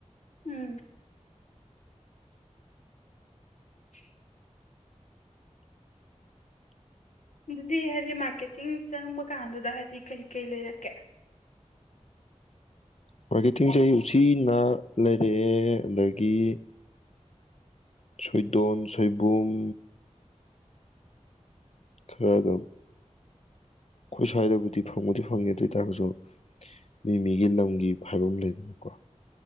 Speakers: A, on the left (about 80°); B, on the left (about 60°).
A: ꯎꯝ <inaudible> ꯑꯗꯨꯗꯤ ꯍꯥꯏꯗꯤ ꯃꯥꯔꯀꯦꯇꯤꯡ ꯆꯪꯕ ꯀꯥꯟꯗꯨꯗ ꯍꯥꯏꯗꯤ ꯀꯩ ꯀꯩ ꯂꯩꯔꯛꯀꯦ
B: ꯃꯥꯔꯀꯦꯇꯤꯡꯁꯦ ꯑꯩ ꯎꯆꯤꯅꯥ ꯂꯩꯔꯛꯑꯦ ꯑꯗꯒꯤ ꯁꯣꯏꯗꯣꯟ ꯁꯣꯏꯕꯨꯡ ꯈꯔ ꯑꯗꯨꯝ ꯑꯩꯈꯣꯏ ꯁ꯭ꯋꯥꯏꯗꯕꯨꯗꯤ ꯐꯪꯕꯨꯗꯤ ꯐꯪꯉꯦ ꯑꯗꯨ ꯑꯣꯏ ꯇꯥꯔꯒꯁꯨ ꯃꯤ ꯃꯤꯒꯤ ꯂꯝꯒꯤ ꯍꯥꯏꯕ ꯑꯃ ꯂꯩꯗꯅꯀꯣ